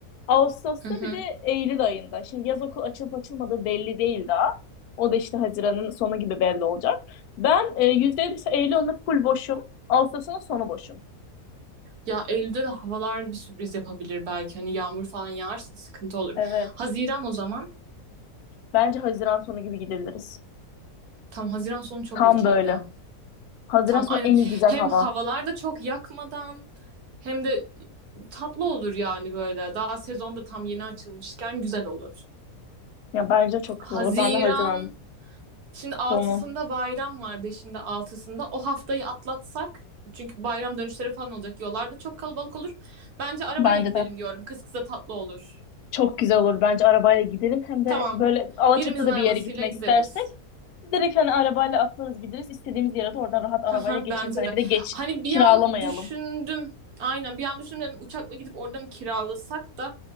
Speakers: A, on the left (about 75°); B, on the right (about 70°).
A: Ağustos'ta
B: Hı hı.
A: bir de Eylül ayında. Şimdi yaz okul açılıp açılmadığı belli değil daha. O da işte Haziran'ın sonu gibi belli olacak. Ben e, %50 Eylül ayında full boşum. Ağustos'un sonu boşum.
B: Ya Eylül'de de havalar bir sürpriz yapabilir belki. Hani yağmur falan yağarsa sıkıntı olur.
A: Evet.
B: Haziran o zaman.
A: Bence Haziran sonu gibi gidiliriz.
B: Tam Haziran sonu çok
A: Tam
B: okey
A: böyle.
B: ya.
A: Haziran
B: Tam
A: sonu
B: aynen.
A: en iyi güzel
B: Hem
A: hava.
B: havalar da çok yakmadan hem de tatlı olur yani böyle. Daha sezon da tam yeni açılmışken güzel olur.
A: Ya bence çok
B: Haziran
A: güzel olur. Ben de Haziran
B: şimdi altısında
A: sonu.
B: bayram var. beşinde altısında o haftayı atlatsak çünkü bayram dönüşleri falan olacak. Yollarda çok kalabalık olur. Bence arabayla
A: Bence
B: gidelim
A: de.
B: diyorum. Kız kıza tatlı olur.
A: Çok güzel olur. Bence arabayla gidelim. Hem de
B: Tamam.
A: böyle Alaçatı'da
B: Birimizin arabasıyla
A: bir yere gitmek
B: gideriz.
A: istersek direkt hani arabayla atlarız gideriz. İstediğimiz yere de oradan rahat arabayla
B: Haha,
A: geçeriz.
B: Bence
A: Hani
B: de.
A: bir de geç
B: Hani bir
A: kiralamayalım.
B: an düşündüm. Aynen bir an düşündüm. dedim, Uçakla gidip orada mı kiralasak da